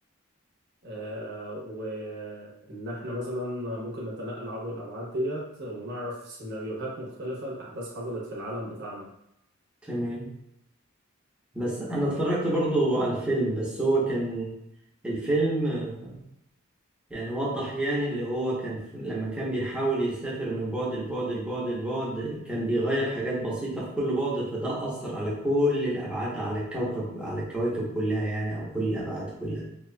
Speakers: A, on the right; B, in the centre.
A: آه، وإن إحنا مثلا ممكن نتنقل عبر الأبعاد ديت ونعرف سيناريوهات مختلفة لأحداث حصلت في العالم بتاعنا
B: تمام بس انا اتفرجت برضو على الفيلم بس هو كان الفيلم آه، يعني وضح يعني اللي هو كان في- لما كان بيحاول يسافر من بعد لبعد لبعد لبعد كان بيغير حاجات بسيطة في كل بعد فده أثر على كل الأبعاد على الكوكب على الكواكب كلها يعني أو كل الأبعاد كلها